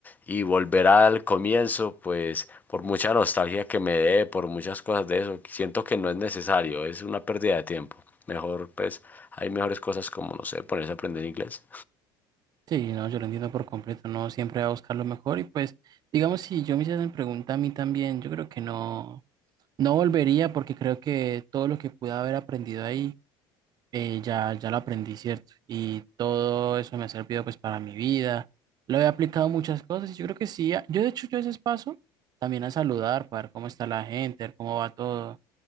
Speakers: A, on the left (about 15°); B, on the right (about 35°).
A: y volver al comienzo, pues por mucha nostalgia que me dé, por muchas cosas de eso, siento que no es necesario, es una pérdida de tiempo. Mejor, pues, hay mejores cosas como, no sé, ponerse a aprender inglés.
B: Sí, no, yo lo entiendo por completo. No siempre va a buscar lo mejor y pues. Digamos, si yo me hiciesen pregunta a mí también, yo creo que no, No volvería porque creo que todo lo que pude haber aprendido ahí eh, ya, ya lo aprendí, ¿cierto? Y todo eso me ha servido pues para mi vida. Lo he aplicado a muchas cosas y yo creo que sí. a- Yo de hecho yo a veces paso también a saludar para ver cómo está la gente, ver cómo va todo.